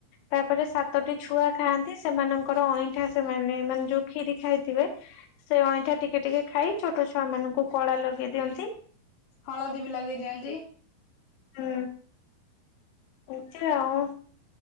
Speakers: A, on the left (about 70°); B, on the left (about 85°).
A: ତାପରେ ସାତଟି ଛୁଆ ଖାଆନ୍ତି ସେମାନଙ୍କର ଅଇଁଠା ସେମାନେ ମାନେ ଯୋଉ କ୍ଷିରି ଖାଇଥିବେ ସେ ଅଇଁଠା ଟିକେ ଟିକେ ଖାଇ ଛୋଟ ଛୁଆ ମାନଙ୍କୁ କଳା ଲଗେଇ ଦିଅନ୍ତି।
B: ହଳଦୀ ବି ଲଗେଇ ଦିଅନ୍ତି।
A: ହୁଁ। ଏନ୍ତି ଆଉ।